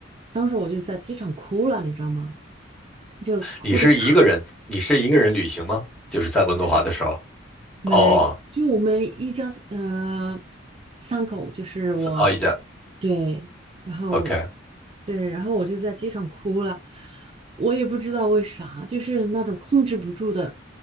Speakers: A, on the right (about 30°); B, in the centre.
A: 当时我就在机场哭了，你知道吗？就哭的可
B: 你是一个人，你是一个人旅行吗？就是在温哥华的时候，
A: 是没，
B: 哦哦，
A: 就我们一家呃三口，就是我
B: 是哦，一家
A: 对，然后
B: ，OK，
A: 对，然后我就在街上哭了，我也不知道为啥，就是那种控制不住的，